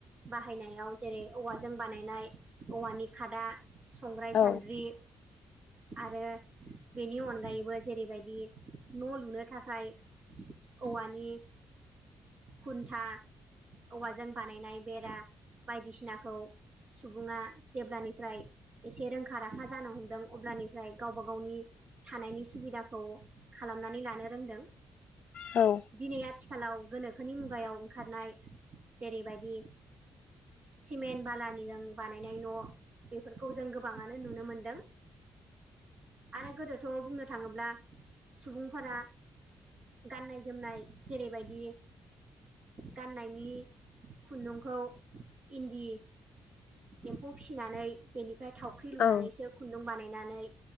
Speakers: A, on the right (about 60°); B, on the left (about 70°).
A: बाहायनायाव जेरै औवाजों बानायनाय औवानि खादा संग्राय
B: औ
A: सान्द्रि आरो बेनि अनगायैबो जेरैबायदि न' लुनो थाखाय औवानि खुन्था औवाजों बानायनाय बेरा बायदिसिनाखौ सुबुङा जेब्लानिफ्राय एसे रोंखा राखा जानो हमदों अब्लानि ओमफ्राय गावबा गावनि थानायनि सुबिदाखौ खालामनानै लानो रोंदों
B: औ
A: दिनै आथिखालाव गोनोखोनि मुगायाव ओंखारनाय जेरैबायदि सिमेन्ट बालानिजों बानायनाय नबेफोरखौ जों गोबाङानो नुनो मोनदों आरो गोदोथ' बुंनो थाङोब्ला सुबुंफोरा गाननाय जोमनाय जेरैबायदि गाननायनि खुन्दुंखौ इन्दि एम्फौ फिसिनानै बेनिफ्राय थावख्रि लुनानैसो
B: औ
A: खुन्दुं बानाय बायनानै